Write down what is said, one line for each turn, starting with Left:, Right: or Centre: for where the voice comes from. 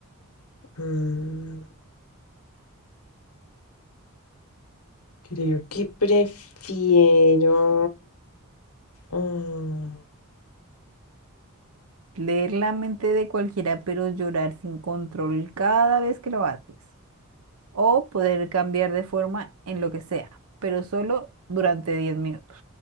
Left: Mm, Creo que prefiero... mm,
Right: Leer la mente de cualquiera, pero llorar sin control cada vez que lo haces. O poder cambiar de forma en lo que sea, pero solo durante 10 minutos.